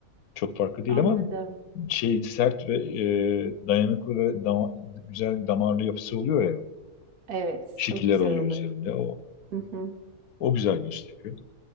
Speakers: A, on the left; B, on the right.
A: çok farklı değil
B: anladım.
A: ama şey sert ve e, dayanıklı ve dama- güzel damarlı yapısı oluyor ya.
B: Evet,
A: Şekiller
B: çok güzel
A: oluyor
B: oldu.
A: üzerinde. O,
B: Hı hı.
A: o güzel gösteriyor.